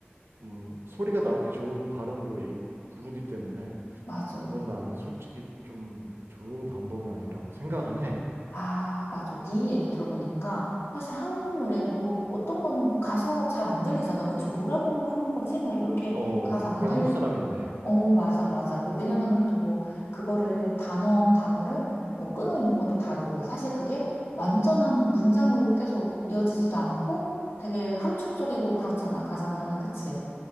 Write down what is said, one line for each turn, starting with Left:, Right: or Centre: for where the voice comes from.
Right: 음, 소리가 나오기 좋은 발음으로 얘기- 부르기 때문에
Left: 맞아.
Right: 그건 나는 솔직히 좀 좋은 방법은 아니라고 생각은 해.
Left: 아, 맞아. 네 얘기 들어보니까 사실 한국 노래도 어떤 거는 가사 잘 안 들리잖아. 그치? 뭐라고 하는 거지? 막 이렇게
Right: 어,
Left: 가사 안
Right: 내가
Left: 들릴
Right: 한국 사람인데
Left: 때. 어, 맞아, 맞아. 그, 왜냐면은 또 뭐, 그거를 단어, 단어를 뭐 끊어 있는 것도 다르고, 사실 그게 완전한 문장으로 계속 이어지지도 않고 되게 함축적이고 그렇잖아. 가사는. 그치?